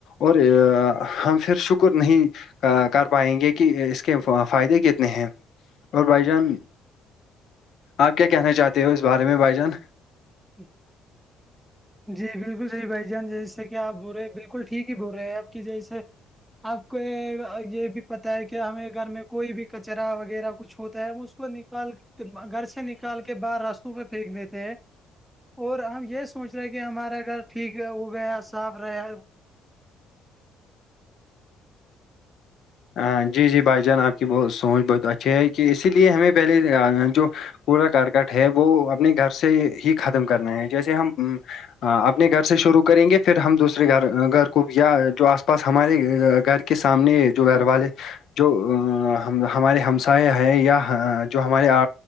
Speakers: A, on the left; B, in the centre.
A: اور ہم پھر شکر نہیں کر پائیں گے کہ اس کے فائدے کتنے ہیں اور بھائی جان آپ کیا کہنا چاہتے ہو اس بارے میں بھائی جان
B: جی جی بالکل صحی بھائی جان جیسے کہ آپ بول رہے ہیں بالکل ٹھیک ہی بول رہے ہیں آپ کی جیس آپ کو یہ بھی پتا ہے کہ ہمیں گھر میں کوئی بھی کچرا وغیرہ کچھ ہوتا ہے مج کو نکال گھر سے نکال کے باہر راستوں پہ پھینک دیتے ہیں اور ہم یہ س سوچ رہے کہ ہمارا گھر ٹھیک ہو گیا صاف رہے
A: ہ جی جی بھائی جان آپ کی سوچ بہت اچھی ہے کہ اسی لیے ہمیں پہلے جو کوڑا کرکٹ ہے وہ اپنے گھر سے ہی ختم کرنا ہے جیسے ہم ہاں اپنے گھر سے شروع کریں گے پھر ہم دوسرے گھر گ کبیا جو آس پاس ہمارے گھر کے سامنے جو گھر والے جو ہمارے ہمسائے ہیں یا جو ہمارے آ